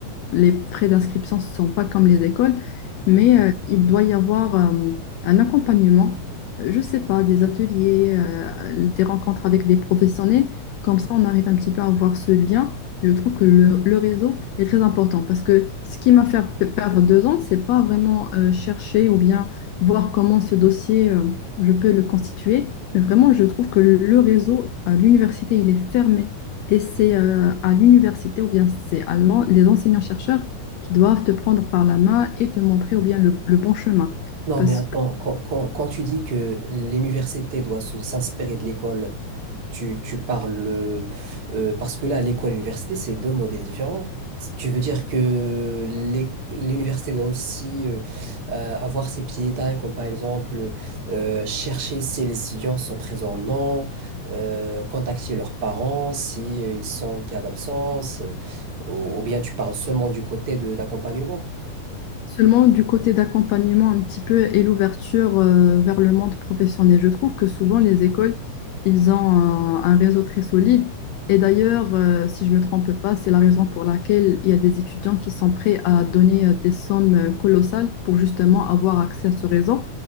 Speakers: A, on the left; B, on the right.
A: les frais d'inscription ne sont pas comme les écoles, mais euh, il doit y avoir euh, un accompagnement, euh, je ne sais pas, des ateliers, euh, des rencontres avec des professionnels, comme ça on arrive un petit peu à avoir ce lien. Je trouve que le, le réseau est très important parce que ce qui m'a fait pe- perdre deux ans, c'est pas vraiment euh, chercher ou bien voir comment ce dossier euh, je peux le constituer. Mais vraiment, je trouve que le réseau à l'université, il est fermé. Et c'est euh, à l'université ou bien c'est à l'en- les enseignants-chercheurs qui doivent te prendre par la main et te montrer ou bien le, le bon chemin.
B: Non,
A: Parce
B: mais attends, quand, quand- quand tu dis que l'université doit se- s'inspirer de l'école Tu, tu parles euh, euh, parce que là, à l'école, à l'université, c'est deux modèles différents. Si Tu veux dire que l'é- l'université doit aussi euh, euh, avoir ses petits détails, comme par exemple euh, chercher si les étudiants sont présents ou non, euh, contacter leurs parents si euh, ils sont en cas d'absence, euh, ou, ou bien tu parles seulement du côté de d'accompagnement.
A: Seulement du côté d'accompagnement un petit peu et l'ouverture euh, vers le monde professionnel. Je trouve que souvent les écoles, ils ont un, un réseau très solide. Et d'ailleurs, euh, si je me trompe pas, c'est la raison pour laquelle il y a des étudiants qui sont prêts à donner euh, des sommes euh, colossales pour justement avoir accès à ce réseau.